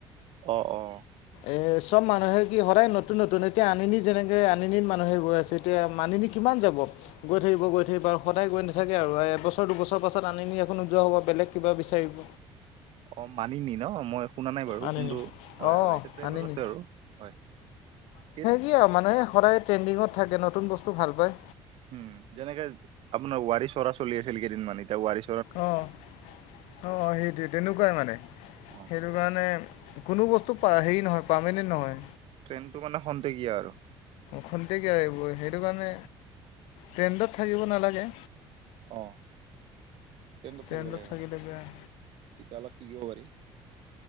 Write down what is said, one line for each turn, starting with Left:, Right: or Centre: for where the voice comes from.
Right: অ অ।
Left: এ চব মানুহে কি সদায় নতুন নতুন এতিয়া আনিনি যেনেকে আনিনি মানুহে গৈ আছে ত। তেতিয়া মানুহবোৰ কিমান যাব গৈ থাকিব গৈ থাকিব আৰু সদায় গৈ নাথাকে আৰু এবছৰ দুবছৰ। পাছত আনিনি আকৌ নোযোৱা হ'ব বেলেগ কিবা বিচাৰিব।
Right: অ মানিনি ন মইফ শুনা নাই বাৰু
Left: আনিনি
Right: কিন্তু হয়
Left: অঁ
Right: হয় এতিয়া ট্ৰেইনত
Left: আনিনি
Right: আছে আৰু হয়। সেত-
Left: কিয় মানুহে সদায় ট্ৰেণ্ডিঙত থাকে নতুন বস্তু ভাল পায়।
Right: উম যেনেকে আপোনাৰ ওৱাৰী চৰা চলি আছিল কেইদিনমান এতিয়া ওৱাৰী
Left: অ অ সেইটোৱে তেনেকুৱাই মানে
Right: অ
Left: সেইটো কাৰণে কোনো বস্তু পা হেৰি নহয় পাৰ্মেনেণ্ট নহয়।
Right: ট্ৰেইনটো মানে খন্তেকিয়া আৰু।
Left: খন্তেকীয়া এইবোৰ সেইটো কাৰণে ট্ৰেণ্ডত থাকিব নালাগে।
Right: অ ট্ৰেইনত
Left: ট্ৰেণ্ডত
Right: থাকিব লাগে
Left: থাকিলে
Right: মানে তেতিয়া
Left: বেয়া
Right: অলপ শিকিব পাৰি।